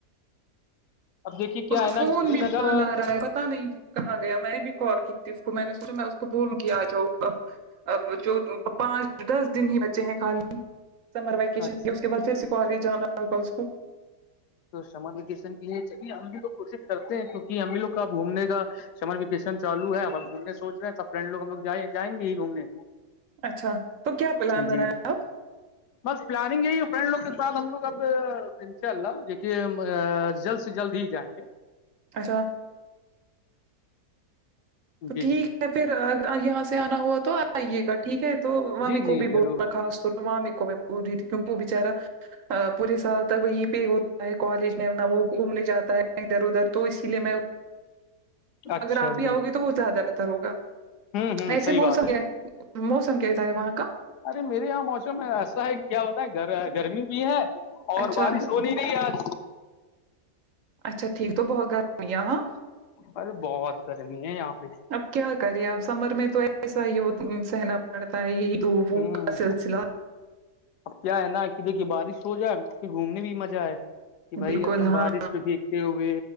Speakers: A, on the left (about 80°); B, on the right (about 60°).
A: اب دیکھیے کیا
B: اس کا
A: ہے نا
B: فون
A: سری
B: بھی
A: نگر
B: بند آ رہا پتا نہیں کی کہاں گیا میں نے بھی کال کی تھی اس کو میں نے سوچا میں اس کو بولوں گی آ جاؤ اب اب جو پانچ دس دن ہی بچے ہیں خالی سمر ویکیشن
A: اچھا
B: کے اس کے بعد پھر سے کالج جانا ہوگا اس کو
A: تو سمر ویکیشن کے لیے چلیے ہم بھیوگ کوشش کرتے ہیں کیونکہ ہم بھی لوگ کاب گھومنے کا سمر ویکشن چالو ہے ا گھومنے سوچ رہے سب فرینڈ لو ہم لگ ج جائیں گے ہی گھومنے
B: اچھا تو کیا پلان بنایں
A: جی
B: آپ
A: بس پلاننگ یہی ہے فرینڈ لوگ کے ساتھ ہم لوگ اب انشاء اللہ د کہ جلد سے جلد ہی جائیں گے
B: اچھا تو
A: جی
B: ٹھیک
A: جی
B: ہے پھر یہاں سے آنا ہوا توپ آئیے گا ٹھیک ہے تو مامی
A: جی جی
B: کو بھی
A: ضرور
B: بولنا خاص طور مامی کو میں بول رہی تھی کیونکہ وہ بچارا پورے سال تک وہی پہ ہوتا ہے کالج میں وہ گھومنے جاتا ہے ادھر ادھر تو اسی لیے میں
A: اچھا
B: اگر آپ بھی
A: جی
B: آؤ گی تو وہ زیادہ بہتر ہوگا
A: ہوں ہوں
B: ویسے
A: صحیح
B: موسم
A: بات ہے
B: کیا موسم کیسا ہے وہاں کا
A: ارے میرے یہاں موسم ایسا ہے کیا ہوتا ہے گرمی بھی ہے اور
B: اچھا
A: بارش تو نہیں نہیں آج
B: اچھا ٹھیک تو بہت گرممی ہے ہاں
A: ارے بہت گرمی ہے یہاں پہ
B: اب کیا کرے اب سمر میں تو ایسا ہی ہو سہنا کرتاائ وہو
A: ہوں
B: کا سلسل
A: اب کیا ہے نا کہ دیکھیے بارش ہو جائے گھومنے بھی مزہ آئے کہ بھائی
B: بالکل
A: اپن
B: ہاں
A: بارش پہ بھیگتے ہوئے